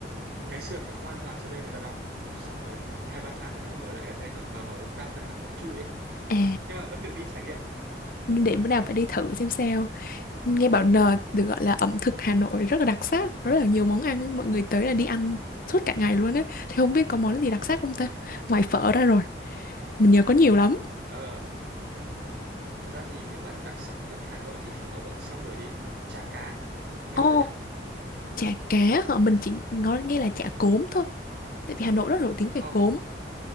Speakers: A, on the right; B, on the left.
A: ngày xưa kiểu không an toàn cho nên người ta đóng xong rồi khoảng hai ba tháng người ta mới mở lại gần đây thôi mà mở cũng đa phần là mở chui ấy
B: à
A: nhưng mà vẫn được đi trải nghiệm
B: để
A: vẫn
B: bữa
A: sẽ
B: nào
A: được
B: phải
A: đi
B: đi thử xem sao Nghe bảo n được gọi là ẩm thực Hà Nội rất là đặc sắc, rất là nhiều món ăn ấy, mọi người tới là đi ăn suốt cả ngày luôn ấy. Thì không biết có món gì đặc sắc không ta? Ngoài phở ra rồi, mình nhớ có nhiều lắm.
A: ờ, thật ra thì nếu mà đặc sắc nhất Hà Nội thì phở xong rồi đến chả cá cậu nghe
B: Ồ,
A: bao giờ chưa
B: chả cá hả? Mình chỉ nói nghe là chả cốm thôi, tại vì Hà Nội rất nổi tiếng
A: không
B: về cốm.